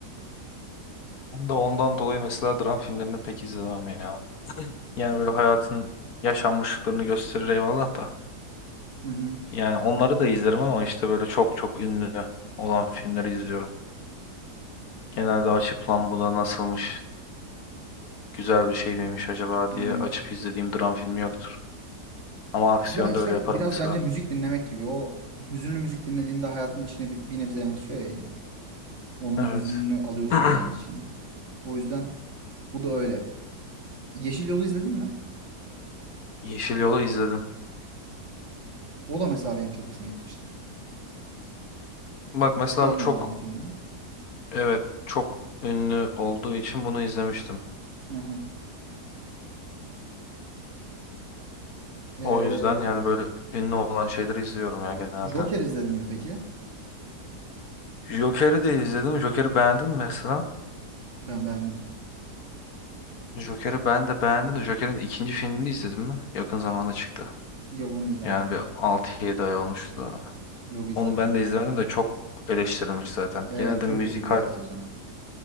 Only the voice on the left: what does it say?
Ben de ondan dolayı mesela dram filmlerini pek izlemem ya. Yani böyle hayatın yaşanmışlıklarını gösterir eyvallah da.
Yani onları da izlerim ama işte böyle çok çok ünlü olan filmleri izliyorum. Genelde açıp lan bu da nasılmış, güzel bir şey miymiş acaba
diye
açıp izlediğim dram filmi yoktur. Ama aksiyonda
öyle yaparım
mesela.
Evet.
<clears throat>
Yeşil Yol'u izledim.
Bak mesela
bu çok
evet çok ünlü olduğu için bunu izlemiştim.
O yüzden yani böyle ünlü olan şeyleri izliyorum ya genelde.
Joker'i de izledim. Joker'i beğendin mi mesela?
Joker'i ben de beğendim de Joker'in ikinci filmini izledim mi? Yakın zamanda çıktı.
Yani
bir altı yedi ay olmuştu da.
Onu ben de izlemedim de çok eleştirilmiş zaten.
Genelde
müzikal,